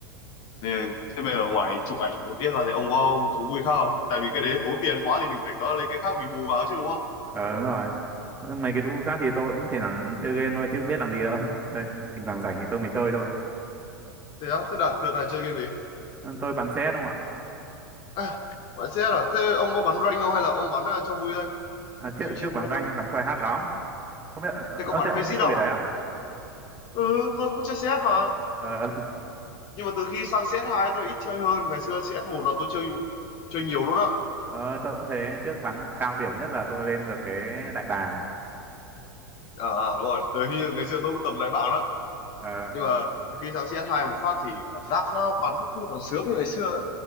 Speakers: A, on the left; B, on the right.
A: Thế, thế bây giờ ngoài chụp ảnh không biết là thì ông có thú vui khác không? Tại vì cái đấy tốn tiền quá thì mình phải có lấy cái khác mình bù vào chứ đúng không?
B: ờ đúng rồi mấy cái vụ khác thì tôi cũng thỉnh thoảng chơi game thôi chứ biết làm gì đâu Thế, thỉnh thoảng rảnh thì tôi mới chơi thôi
A: Thế á, thế đợt, đợt này chơi game gì?
B: Ờ, tôi bắn xe đúng không ạ
A: À, bạn xe à? Thế ông có bắn rank không hay là ông bắn ờ, cho vui thôi?
B: à, trước
A: Chill chill
B: trước bắn
A: bro.
B: rank bắn try hard lắm không biết ờ
A: Thế
B: ờ,
A: có bắn
B: thế ông
A: face
B: chơi
A: không?
B: cái đấy à
A: Ừ, tôi cũng chơi CS mà.
B: ờ,
A: Nhưng mà từ khi sang cs hai tôi ít chơi hơn. Ngày xưa cs một là tôi chơi chơi nhiều luôn á.
B: <laughs> ờ, tôi cũng thế trước bắn cao điểm nhất là tôi lên được cái đại bàng
A: À, à, đúng rồi. Từ khi ngày xưa tôi cũng tầm đại bàng đó.
B: ờ,
A: Nhưng mà từ khi sang cs hai một phát thì cảm giác nó bắn nó không còn sướng như ngày xưa. ấy.